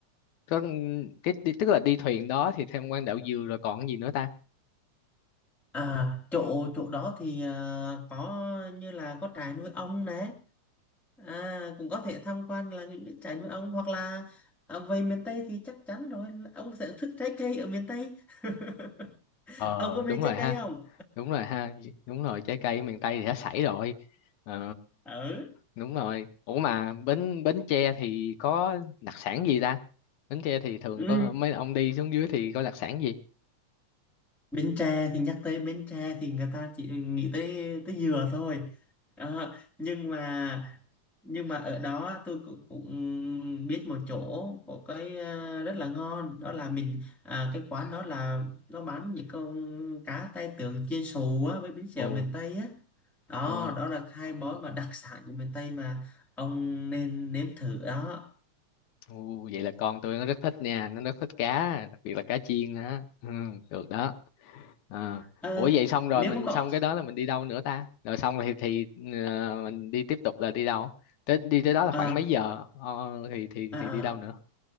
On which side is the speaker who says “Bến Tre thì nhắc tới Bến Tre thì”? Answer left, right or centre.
Centre